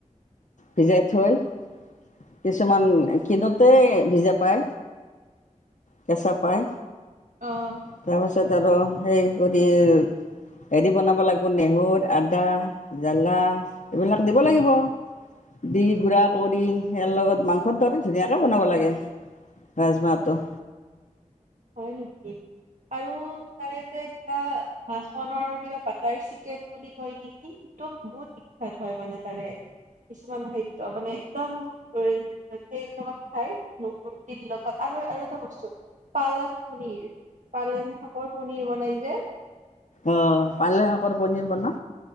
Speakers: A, on the left (about 70°); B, on the right (about 70°).
A: ভিজাই থৈ কিছুমান কিনোতে ভিজা পায় কেঁচা পায়।
B: অ',
A: তাৰপাছত আৰু সেই কৰি, হেৰি বনাব লাগিব নেহৰু আদা জ্বালা এইবিলাক দিব লাগিব। দি গুড়া কৰি ইয়াৰ লগত মাংস দৰে ধুনীয়াকে বনাব লাগে। ৰাজমাটো।
B: হয় নেকি? আৰু তাৰে যে কিবা বাচনৰ কিবা বাটাৰ চিকেন বুলি কয় নেকি? টো বহুত বিখ্যাত হয় মানে তাৰে। কিছুমান সত্য মানে একদম লগত খাই ৰুতিৰ লগত, আৰু আৰু এটা বস্তু পালক পনীৰ পালেং শাকৰ পনীৰ বনাই যে।
A: অ, পালেং শাকৰ পনীৰ বনা।